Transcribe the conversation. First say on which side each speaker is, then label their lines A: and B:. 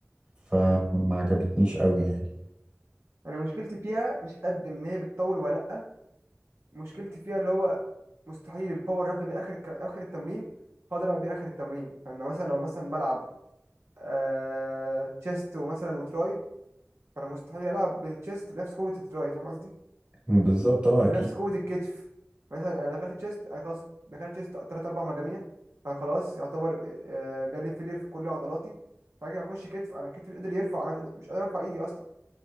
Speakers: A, on the right; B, on the right.
A: فما
B: مم.
A: عجبتنيش قوي يعني
B: انا مشكلتي فيها مش قد ان هي بتطول ولا لأ مشكلتي فيها اللي هو مستحيل الباور هبدأ بيه آخر الك- آخر التمرين هقدر ألعب بيه آخر التمرين فأنا مثلا لو مثلا بلعب آه... تشيست ومثلا وتراي فأنا مستحيل ألعب بالتشيست بنفس قوة التراي فاهم قصدي؟
A: بالظبط اه
B: ونفس
A: اكيد
B: قوة الكتف مثلا أنا دخلت تشيست أنا خلاص دخلت تشيست تلات أربع مجاميع فخلاص يعتبر آه، جالي فيلير في كل عضلاتي فأجي أخش كتف أنا كتفي مش قادر يرفع أنا مش قادر مش قادر أرفع إيدي أصلا